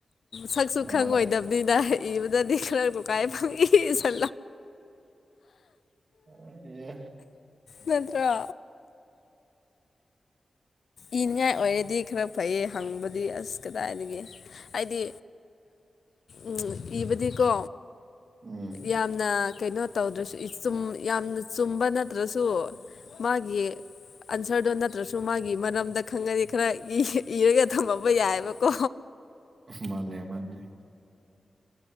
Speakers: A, on the left; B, on the right.
A: ꯁꯛꯁꯨ
B: ꯑ
A: ꯈꯪꯉꯣꯏꯗꯕꯅꯤꯅ ꯏꯕꯗꯗꯤ ꯈꯔ ꯇꯣꯀꯥꯏ ꯐꯪꯏ ꯐꯁ
B: ꯑ ꯌꯦ
A: ꯅꯠꯇ꯭ꯔ ꯏꯅꯤꯡꯉꯥꯏ ꯑꯣꯏꯔꯗꯤ ꯈꯔ ꯐꯩꯌꯦ ꯍꯪꯕꯗꯤ ꯑꯁ ꯀꯗꯥꯏꯗꯒꯤ ꯍꯥꯏꯗꯤ ꯎꯝ ꯏꯕꯗꯤꯀꯣ
B: ꯎꯝ
A: ꯌꯥꯝ ꯅ ꯀꯩꯅꯣ ꯇꯧꯗ꯭ꯔꯁꯨ ꯌꯥꯝꯅ ꯆꯨꯝꯕ ꯅꯠꯇ꯭ꯔꯁꯨ ꯃꯥꯒꯤ ꯑꯟꯁꯔꯗ ꯅ ꯍꯁꯨꯨꯃꯒꯤ ꯃꯅꯝꯗ ꯈꯪꯉꯗꯤ ꯈꯔ ꯏꯔꯒ ꯊꯝꯃꯕ ꯌꯥꯏꯑꯕꯀꯣ
B: ꯃꯥꯅꯦ ꯃꯥꯅꯦ